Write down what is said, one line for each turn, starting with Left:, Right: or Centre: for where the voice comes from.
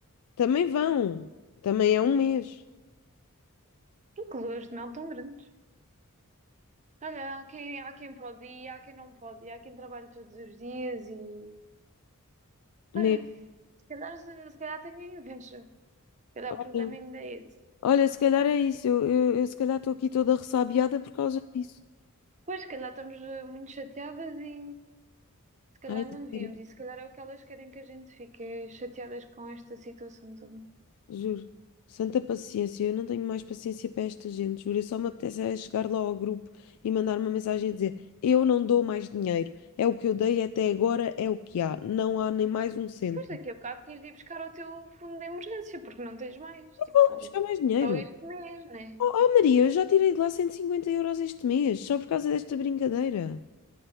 Left: Também vão. Também é um mês.
Right: E que luas de mel tão grandes. Olha, há quem, há quem pode ir, há quem não pode ir, há quem trabalha todos os dias e.
Left: um
Right: Olha,
Left: Mês.
Right: se calhar, se, se calhar tenho inveja. Se calhar
Left: Olha.
Right: o problema ainda é esse.
Left: Olha, se calhar é isso. Eu, eu, eu se calhar estou aqui toda ressabiada por causa disso.
Right: Pois, se calhar estamos eh, muito chateadas e. Se
Left: Ai,
Right: calhar não devíamos,
Left: sério,
Right: e se calhar é o que elas querem que a gente fique é chateadas com esta situação toda.
Left: juro. Santa paciência, eu não tenho mais paciência para esta gente, juro. Eu só me apetece é chegar lá ao grupo e mandar uma mensagem a dizer: Eu não dou mais dinheiro. É o que eu dei até agora, é o que há. Não há nem mais um cêntimo.
Right: Depois daqui a bocado tens de ir buscar ao teu fundo de emergência, porque não tens mais. Tipo,
Left: Vou lá buscar mais dinheiro.
Right: só este mês, né?
Left: Oh, oh, Maria, eu já tirei de lá 150 euros este mês, só por causa desta brincadeira.